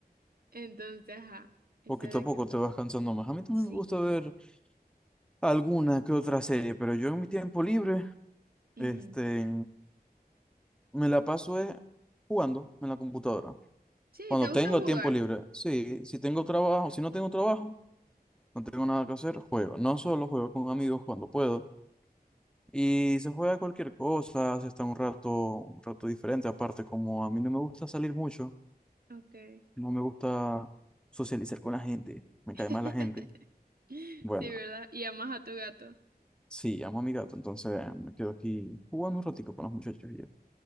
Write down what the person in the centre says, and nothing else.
Poquito
a
poco
te vas cansando más. A mí también
me gusta ver alguna que otra serie, pero yo en mi tiempo libre,
este, me la paso eh, jugando en la computadora.
Cuando
tengo
tiempo libre, sí, si tengo trabajo, si no tengo trabajo. No tengo nada que hacer, juego. No solo juego con amigos cuando puedo. Y se juega cualquier cosa, se está un rato, un rato diferente. Aparte, como a mí no me gusta salir mucho,
no me gusta socializar con la gente,
me cae mal la gente.
Bueno,
sí, amo a mi gato, entonces me quedo aquí jugando un ratico con los muchachos. y yo